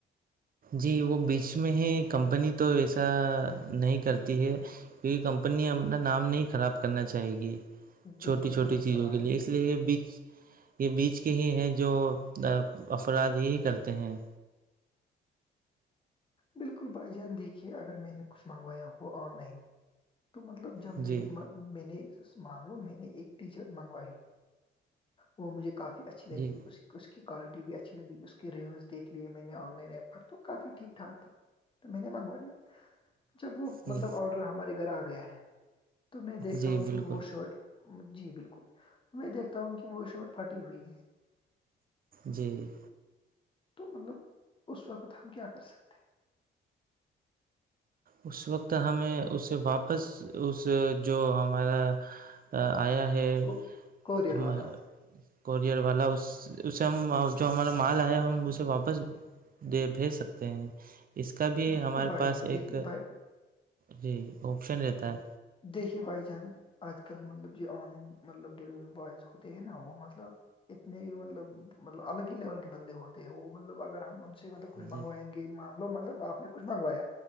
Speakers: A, on the right; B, on the left.
A: جی وہ بیچ میں ہی کمپنی تو ایسا نہیں کرتی ہے کیونکہ کمپنی اپنا نام نہیں خراب کرنا چاہی گی چھوٹی
B: بالکل
A: چھوٹی
B: درست
A: چیزوں
B: فرمایا
A: کے لیے اس لیے یہ بیچ یہ بیچ کے ہی ہیں جو افراد یہی کرتے ہیں
B: بالکل بھائی جان دیکھیے اگر میں نے کچھ منگوایا ہوا آن لائن تو مطلب جمیر
A: جی
B: میں نے معاملوں میں نے ایک ٹی شرٹ منگوائی وہ مجھے کافی اچ اچ لگی
A: جی
B: اس کی اس کی کوالٹی بھی اچھی لگی اس کی رویوز دیکھ لیے میں نے آن لائن ایپ پر تو کافی ٹھیک ٹھاک تھا تو میں نے منگوا لیا جب وہ
A: جی
B: مطلب آڈر ہمارے گھر آ گیا ہے تو میں دیکھتا
A: جی
B: ہوں کہ
A: بالکل
B: وہ شرٹ جی بالکل میں دیکھتا ہوں کہ وہ شرٹ پھٹی ہوئی ہے
A: جی
B: تو مطلب اس وقت ہم کیا کر سکتے ہیں؟
A: اس وقت ہمیں اسے واپس اس جو ہمارا آیا ہے
B: کو کوریئر
A: ہم
B: والا
A: کورئر والا اس اسے ہم جو ہمارا مال آیا ہم اسے واپس بھیج سکتے ہیں اس کا بھی
B: بالکل
A: ہمارے
B: بھائی
A: پاس
B: جان دیکھیے
A: ایک
B: بھائی
A: جی آپشن رہتا ہے
B: دیکھے بھائی جان آج کل مطلب جو آن لائن مطلب ڈیلیوری بوائز ہوتے ہیں نا وہ مطلب اتنے ہی مطلب مطلب الگ ہی لیول کے بندے کو ہوتے ہیں وہ مطلب اگر ہم مطلب
A: ہے
B: کچھ منگوائیں
A: جی
B: گے مان لو مطلب آپ نے کچھ منگوایا